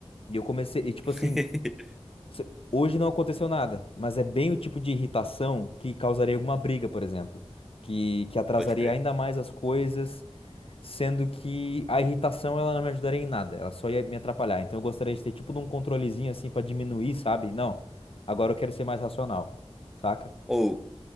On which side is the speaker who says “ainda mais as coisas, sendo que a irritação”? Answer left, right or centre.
Left